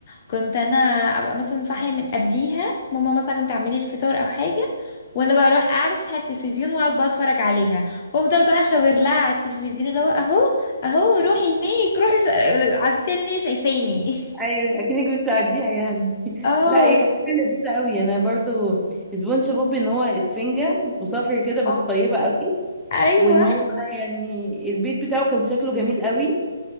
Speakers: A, on the left (about 40°); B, in the centre.
A: كنت انا ابقى مثلا صاحيه من قبليها ماما مثلا تعملي الفطار او حاجه وانا بقى اروح قاعده افتح التلفزيون واقعد بقى اتفرج عليها وافضل بقى اشاور لها على التلفزيون اللي هو اهو اهو روحي هناك روحي مش- عزيزتي ان هي شايفاني <laughs>
B: ايوه اكنك بتساعديها يعني <laughs>
A: اه
B: لا هي كانت حاجه لذيذه قوي انا برضو سبونج بوب ان هو اسفنجه وصفر كده بس
A: اه
B: طيبه قوي
A: ايوه
B: وان هو بقى يعني البيت بتاعه كان شكله جميل قوي